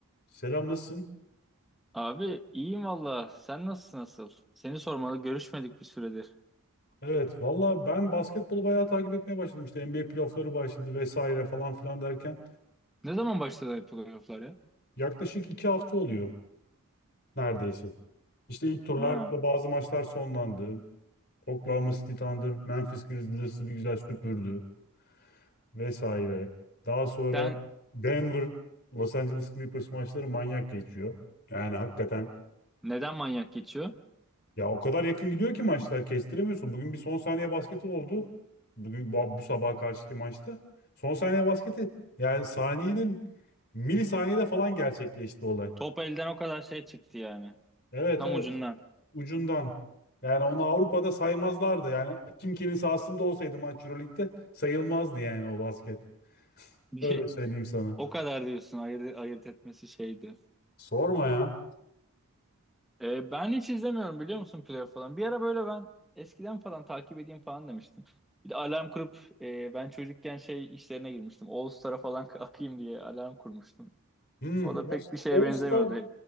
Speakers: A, on the left (about 45°); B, in the centre.
A: Selam nasılsın?
B: Abi iyiyim valla. Sen nasılsın nasıl? Seni sormalı görüşmedik bir süredir.
A: Evet valla ben basketbolu bayağı takip etmeye başladım. İşte NBA playoffları başladı vesaire falan filan derken.
B: Ne zaman başladı playofflar ya?
A: Yaklaşık iki hafta oluyor neredeyse. İşte ilk turlarda
B: Ha.
A: bazı maçlar sonlandı. Oklahoma City Thunder, Memphis Grizzlies'ı bir güzel süpürdü vesaire. Daha sonra
B: Sen
A: Denver, Los Angeles Clippers maçları manyak geçiyor. Yani hakikaten
B: neden manyak geçiyor?
A: Ya o kadar yakın gidiyor ki maçlar kestiremiyorsun. Bugün bir son saniye basketi oldu. Bugün bu, bu sabaha karşıki maçta. Son saniye basketi yani saniyenin milisaniyede falan gerçekleşti olay.
B: Top elden o kadar şey çıktı yani.
A: Evet
B: Tam
A: evet
B: ucundan.
A: ucundan. Yani onu Avrupa'da saymazlardı. Yani kim kimin sahasında olsaydı maç Euroleague'de sayılmazdı yani o basket.
B: <laughs>
A: Öyle söyleyeyim sana.
B: O kadar diyorsun ayırt, ayırt etmesi şeydi.
A: Sorma ya.
B: Ee, ben hiç izlemiyorum biliyor musun playoff falan. Bir ara böyle ben eskiden falan takip edeyim falan demiştim. Bir de alarm kurup e, ben çocukken şey işlerine girmiştim. All Star'a falan <laughs> akayım diye alarm kurmuştum.
A: Hmm,
B: O da pek bir şeye
A: All
B: benzemiyordu.
A: Star,